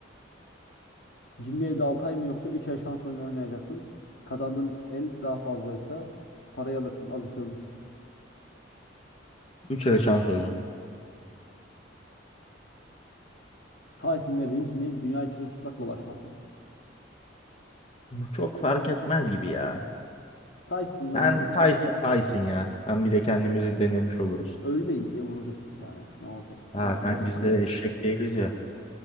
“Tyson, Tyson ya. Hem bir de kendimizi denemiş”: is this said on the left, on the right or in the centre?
Left